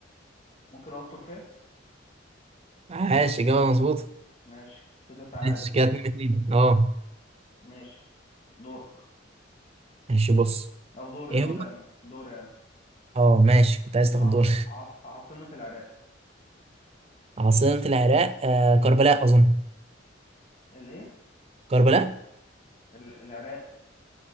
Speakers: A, on the left; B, on the right.
A: ممكن أقول تركيا
B: عاش اجابة مظبوطة
A: ماشي كده تعادل
B: ماشي كده اتنين اتنين اه
A: ماشي دورك
B: ماشي بص
A: أو دوري
B: ايه
A: دوري
B: هو
A: أنا دوري أنا
B: اه ماشي كنت عايز تاخد
A: عاص...
B: دور
A: عاص... عاصمة العراق
B: عاصمة العراق آه كربلاء أظن
A: الإيه؟
B: كربلاء
A: ال- العراق